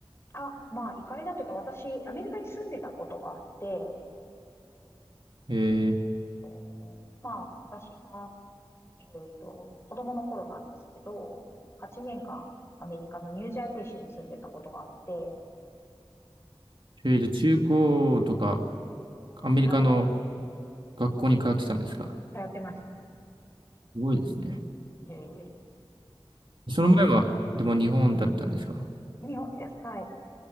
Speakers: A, on the left; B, on the right.
A: あ、まあ、行かれたというか、私、アメリカに住んでたことがあって、
B: え
A: えっとまあ、私が、えっと、子供の頃なんですけど、8年間、アメリカのニュージャージー州に住んでたことがあって、
B: ー、とりあえず中高とか、アメリカの
A: はい、
B: 学校に通ってたんですか
A: 通ってました。
B: すごいですね。
A: いえいえ。
B: その前は、でも日本だったんですか
A: 日本です。はい。